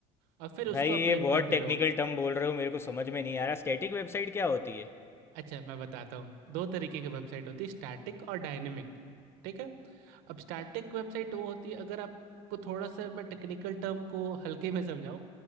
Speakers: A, on the right; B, on the left.
A: और फिर उसको
B: भाई
A: अपलिंक
B: ये बहुत
A: कर दे
B: टेक्निकल
A: रहे हो
B: टर्म बोल रहे हो मेरे को समझ में नहीं आ रहा स्टैटिक वेबसाइट क्या होती है
A: अच्छा मैं बताता हूँ दो तरीके की वेबसाइट होती है स्टैटिक और डायनेमिक ठीक है अब स्टैटिक वेबसाइट वो होती है अगर आपको थोड़ा सा मैं टेक्निकल टर्म को हल्के में समझाऊँ